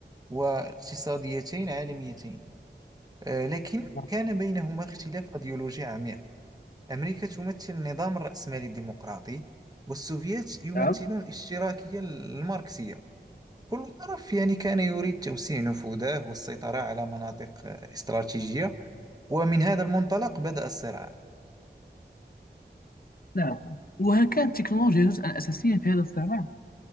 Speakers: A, on the right; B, on the left.
A: واقتصاديتين عالميتين آه، لكن
B: نعم
A: كان بينهما اختلاف أيديولوجي عميق أمريكا تمثل النظام الرأسمالي الديمقراطي والسوفيات يمثلون
B: نعم
A: الاشتراكية الماركسية كل طرف يعني كان يريد توسيع نفوذه والسيطرة على مناطق آه، استراتيجية ومن هذا المنطلق بدأ الصراع
B: نعم وهل كانت التكنولوجيا جزءا أساسيا في هذا الصراع